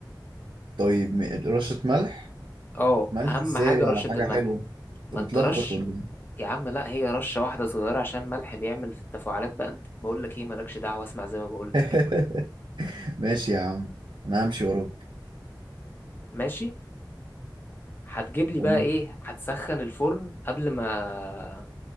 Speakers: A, on the right (about 80°); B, on the left (about 25°).
A: طيب م- رشة ملح
B: اه
A: ملح
B: اهم
A: ازاي
B: حاجه رشه
A: على حاجة
B: الملح
A: حلوة
B: ما
A: انت
B: انت
A: متلخبط
B: رش
A: ولا
B: يا عم لا هي رشه واحده صغيره عشان الملح بيعمل في التفاعلات بقى انت بقول لك ايه مالكش دعوه اسمع زي ما بقول لك
A: ايه
B: كده
A: <laughs> ماشي يا عم انا همشي وراك
B: ماشي هتجيب لي
A: تمام
B: بقى ايه هتسخن الفرن قبل ما